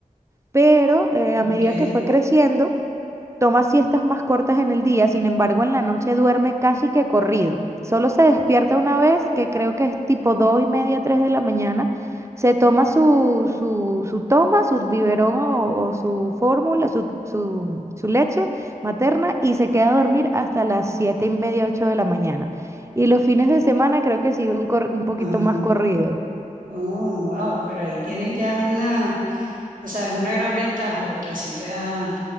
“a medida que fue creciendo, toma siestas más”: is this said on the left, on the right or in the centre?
Right